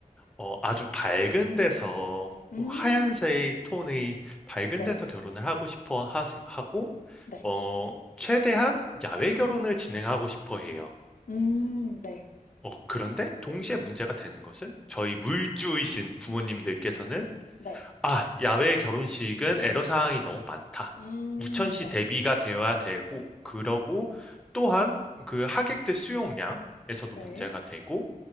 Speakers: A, in the centre; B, on the left.
A: 어, 아주 밝은 데서
B: 음,
A: 하얀색 톤의 밝은
B: 네,
A: 데서 결혼을 하고 싶어 하, 고
B: 네,
A: 어, 최대한 야외 결혼을 진행하고 싶어 해요.
B: 음, 네,
A: 어, 그런데 동시에 문제가 되는 것은 저희 물주이신 부모님들께서는
B: 네,
A: 아, 야외 결혼식은 애로사항이 너무 많다.
B: 음,
A: 우천시
B: 네,
A: 대비가 되어야 되고 그러고 또한
B: 네,
A: 그 하객들 수용량에서도
B: 네,
A: 문제가 되고